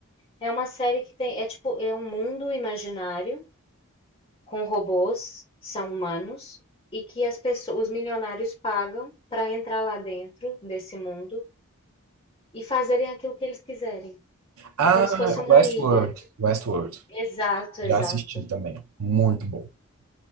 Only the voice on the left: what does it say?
É uma série que tem. É tipo, é um mundo imaginário com robôs que são humanos e que as pessoas, os milionários pagam para entrar lá dentro desse mundo e fazerem aquilo que eles quiserem.
É como se fosse uma
ilha.
Exato,
exato.